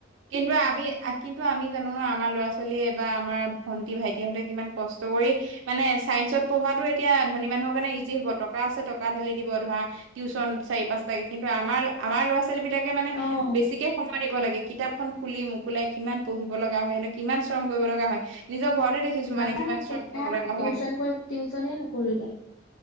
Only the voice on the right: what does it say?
কিন্তু আমি, আ কিন্তু আমি জানো নহয় আমাৰ ল'ৰা ছোৱালীয়ে বা আমাৰ ভন্টি, ভাইটিহঁতে কিমান কষ্ট কৰি মানে, চাইন্সত পঢ়োৱাটো এতিয়া ধনী মানুহৰ কাৰণে ইজি হ'ব টক কা আছে, টকা ঢালি দিব। ধৰা, টিউশ্যন চাৰি, পাঁচটাকে, কিন্তু আমাৰ আমাৰ ল'ৰা-ছোৱালী বিলাক মানে
বেছিকে সময় দিব লাগে, কিতাপখন খুলি মোকোলাই কিমান পঢ়িব লগা হয়, সিহঁতক কিমান শ্ৰম কৰিব লগা হয়, নিজক ঘৰতে দেখিছোঁ
মানে কিমান
শ্ৰম কৰিব লগা
হয়।